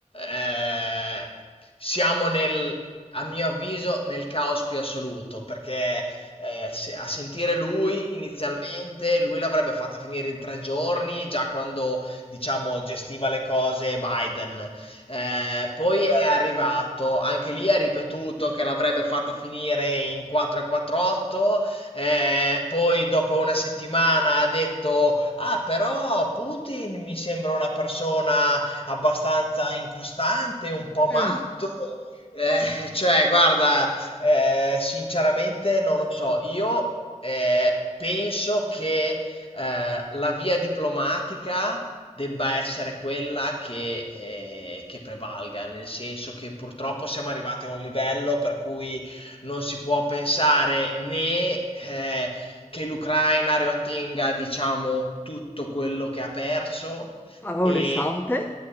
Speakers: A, on the left (about 45°); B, on the left (about 15°).
A: eh, siamo nel, a mio avviso, nel caos più assoluto, perché eh, se- a sentire lui inizialmente, lui l'avrebbe fatta finire in tre giorni, già quando diciamo, gestiva le cose Biden. Eh, poi è arrivato, anche lì ha ripetuto che l'avrebbe fatta finire in 4-4-8, eh, poi dopo una settimana ha detto, ah però Putin mi sembra una persona abbastanza incostante, un po' matto.
B: Mm.
A: Eh, cioè, guarda, eh, sinceramente non lo so. Io eh, penso che eh, la via diplomatica debba essere quella che, ehm, che prevalga, nel senso che purtroppo siamo arrivati a un livello per cui non si può pensare né, ehm, che l'Ucraina riottenga, diciamo, tutto quello che ha perso
B: Parole
A: e
B: sante?